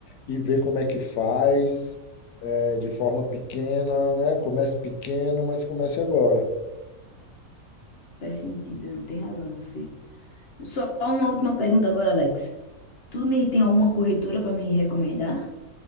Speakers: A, on the left; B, on the left.
A: e ver como é que faz é, de forma pequena, né? Comece pequeno, mas comece agora.
B: faz sentido, tem razão você. Só uma última pergunta agora, Alex. Tu me tem alguma corretora para me recomendar?